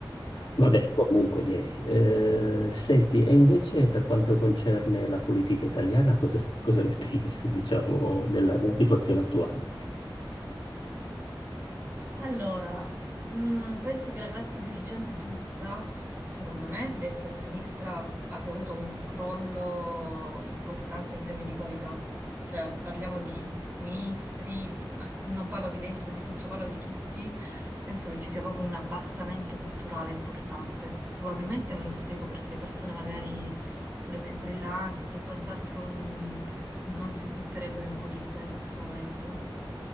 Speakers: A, on the left (about 70°); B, on the right (about 25°).
A: Vabbè,
B: sì.
A: comunque, direi. Eh, senti, e invece per quanto concerne la politica italiana, cosa, cosa ne pensi, diciamo, della della situazione attuale?
B: Allora, mm, penso che la classe dirigente tutta, secondo me, destra e sinistra, abbia avuto un crollo importante in termini di qualità. Cioè, parliamo di ministri, di- ma non parlo di destra e di sinistra, parlo di tutti. Penso che ci sia proprio un abbassamento culturale importante. Probabilmente me lo spiego perché le persone magari quelle più brillanti e quant'altro, mm, non si butterebbero in politica in questo momento.